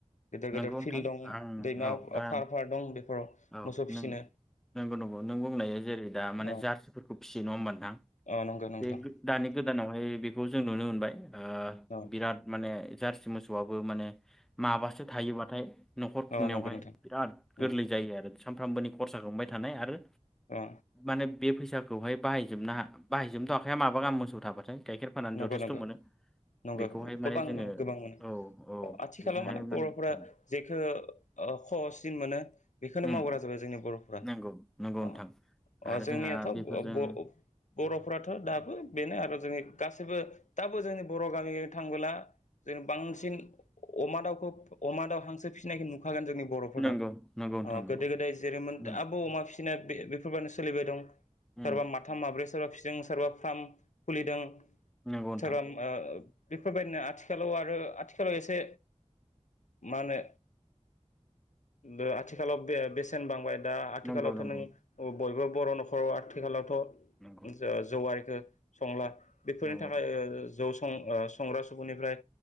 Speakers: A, on the left; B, in the centre.
A: गेदेर
B: नंगौ
A: गेदेर
B: नोंथां
A: फिल्ड दं
B: आं
A: दैमा
B: औ दा
A: फार फार दं बेफोराव
B: औ
A: मोसौ फिसिनो
B: नों नंगौ नंगौ नों बुंनाया जेरै दा माने
A: औ
B: जार्सिफोरखौ फिसियो नंङा होमबा नोंथां
A: अ नंगौ नोंथां
B: बे दानि गोदानावहाय बे बेखौ जों नुनो मोनबाय ओ
A: औ
B: बिराद माने जारसि मोसौ बो माने माबासो थायोबाथाय न'खर
A: अ
B: खुंनायावहाय
A: नंगौ नोंथां
B: बिराद गोरलै
A: अ
B: जायो आरो सामफ्रामबोनि खरसाखौ थानाय आरो
A: अ
B: माने बे फैसाखौहाय बाहायजोबनो हा बाहायजोबनोथ हाखाया माबा गाहाम मोसौ थाबाथाय गाइखेर फानानानै
A: नंगौ
B: जथेस्थ
A: नंगौ
B: मोनो
A: नंगौ
B: बेखौहाय
A: गोबां
B: माने जोङो
A: मोनो गोबां मोनो
B: औ
A: आथिखालाव
B: बेजोंहाय
A: माने बरफोरा
B: औ
A: जेखो ओ खहससिन मोनो बेखोनो
B: उम
A: मावग्रा जाबाय जोंनि बरफोरा।
B: नंगौ नंगौ
A: अ
B: नोंथां
A: अ
B: आरो
A: जोंनियाथ
B: जोंहा बेफोरजों
A: ब ओ ब बरफोराथ दाबो बेनो आरो जोंनि गासैबो दाबो जोंनि बर गामि थांबोला जों बांसिन अमा दाउखौ अमा दाउ हांसो फिसिनायखो नु खागोन जोंनि बरफोरनाव,
B: नंगौ नंगौ नोंथां
A: अ
B: नंगौ
A: गोदो गोदाय जेरैमोन
B: उम
A: दाबो अमा फिसि नाय बे बेफोरबानो सोलिबाय दं सोरबा
B: उम
A: माथाम माब्रै सोरबा फिसिदों सोरबा फ्राम खुलिदों
B: नंगौ नोंथां
A: सोरबाम ओ बेफोरबायदिनो आथिखालाव आरो आथिखालाव एसे मा होनो दो आथिखालाव दे बेसेन बांबाय दा आथिखालावथ
B: नंगौ नंगौ
A: नों औ बयबो बर नखराव आथिखालावथ जो
B: नंगौ
A: जौवारिखो संला बेफोरनि
B: नंगौ
A: थाखाय ओ जौ सं ओ संग्रा सुबुंनिफ्राय